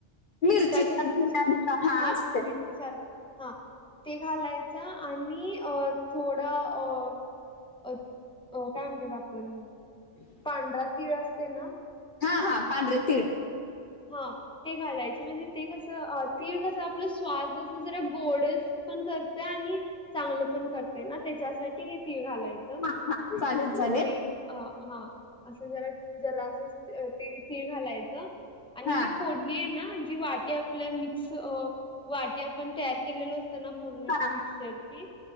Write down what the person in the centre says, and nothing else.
तिखटाचं फक्त
पुट हा
मिरची सारख हा. ते घालायचं आणि अ थोडं अ अ अ काय म्हणतेत आपण?
पांढरा तीळ असते ना.
हा ते घालायच म्हणजे ते कसं तीळ कसं आपलं स्वाद जस जरा गोड पण करते आणि चांगलं पण करतेय ना त्याच्यासाठी हे तीळ घालायचं
म्हणजे अ हा असं जरा जरा असं तीळ तीळ घालायचं. आणि
ही फोडणी आहे न जी वाटी आपल्या मिक्स वाटी आपण तयार केलेल अस न पूर्ण
ते मिक्सचर ची